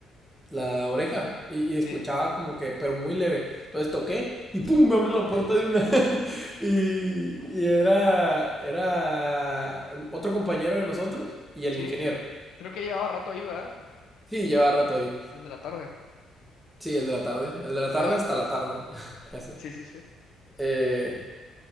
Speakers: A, in the centre; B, on the left.
A: la oreja y, y, escuchaba
B: sí,
A: como que, pero muy leve. Entonces toqué y ¡pum! Me abren la puerta de una. <laughs> y, y era, era otro compañero de nosotros y el
B: sí.
A: ingeniero.
B: Creo que llevaba rato ahí, ¿verdad?
A: Sí, llevaba rato ahí.
B: El de la tarde.
A: Sí, el de la tarde. El de la tarde
B: Ah,
A: hasta la tarde. <laughs> Ese.
B: sí, sí, sí.
A: Eh,